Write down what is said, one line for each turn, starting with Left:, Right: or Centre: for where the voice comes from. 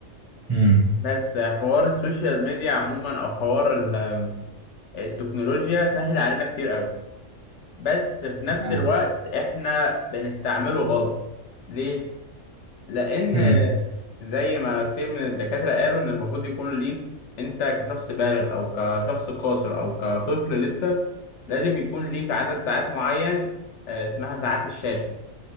Right: امم
Left: بس حوار السوشيال ميديا عموما أو حوار ال- التكنولوجيا سهل علينا كتير أوي بس في نفس
Right: تمام
Left: الوقت إحنا بنستعمله غلط ليه؟ لأن
Right: امم
Left: زي ما كتير من الدكاترة قالوا إن المفروض يكون ليك أنت كشخص بالغ أو كشخص قاصر أو كطفل لسه لازم يكون ليك عدد ساعات معين آه، اسمها ساعات الشاشة